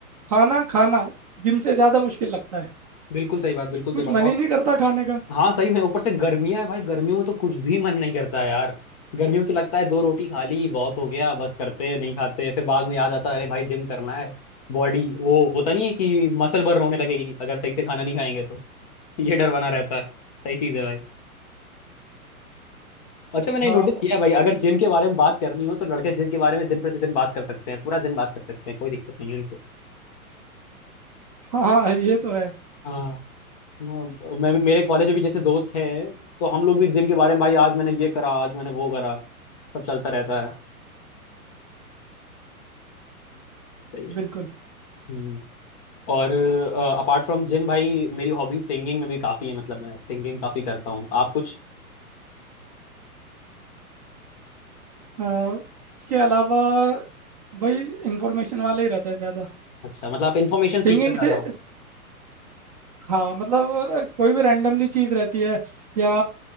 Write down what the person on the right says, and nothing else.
खाना खाना जिम से ज़्यादा मुश्किल लगता है
कुछ
मन
ही नहीं करता खाने का
हाँ
हाँ हाँ ये तो है
बिल्कुल
अ, इसके अलावा वही इंफॉर्मेशन वाला ही रहता है ज़्यादा
सिंगिंग
से
हाँ मतलब अ, कोई भी रैंडमली चीज़ रहती है या